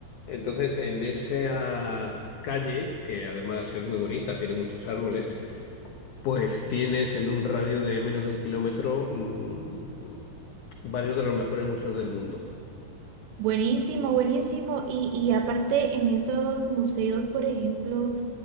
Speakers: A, on the left; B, on the right.
A: Entonces, en esa calle, que además es muy bonita, tiene muchos árboles, pues tienes en un radio de menos de un kilómetro mm, varios de los mejores museos del mundo.
B: Buenísimo, buenísimo. Y, y aparte en esos museos, por ejemplo,